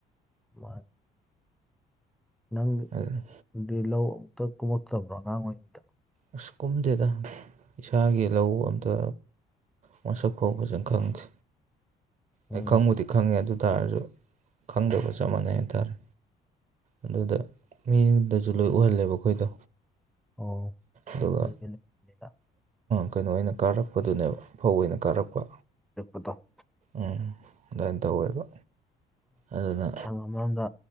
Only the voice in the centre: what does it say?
ꯃꯥꯅꯤ꯫ ꯅꯪꯗꯤ
ꯂꯧ ꯑꯃꯨꯛꯇ ꯀꯨꯝꯃꯛꯇꯕ꯭ꯔꯣ ꯑꯉꯥꯡ ꯑꯣꯏꯔꯤꯉꯩꯗ꯫
ꯎꯝ
ꯑꯣ
ꯀꯨꯏꯅ ꯂꯩꯕꯅꯤꯅ
ꯂꯩꯄꯗ
ꯁꯪ ꯑꯃꯔꯣꯝꯗ